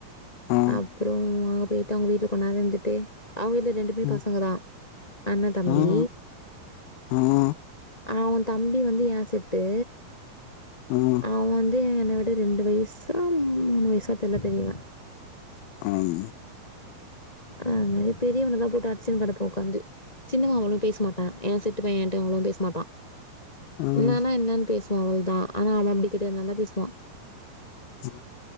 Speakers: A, on the left; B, on the left.
A: ம்
B: அப்றோ அங்க போயிட்டு அவங்க வீட்ல கொன்நேர இருந்துட்டு அவுங்க வீட்ல ரெண்டு மே
A: ம்
B: பசங்க தா அண்ணே தம்பி
A: ம் ம்
B: அவே தம்பி வந்து ஏ செட்டு
A: ம்
B: அவே வந்து என்ன விட ரெண்டு வயசோ மூணு வயசோ தெரில பெரியவே
A: ஆம்
B: அதுனால பெரியவன தா போட்டு அடிச்சின்னு கடப்போ உட்காந்து சின்னவே அவளு பேச மாட்டா ஏ செட்டு பையன்னு அவளு பேச மாட்டா
A: ம்
B: என்னான்னா என்னான்னு பேசுவா அவ்ளொதா ஆனா அவே அப்டி கெடயாது நல்லா பேசுவா
A: ஆ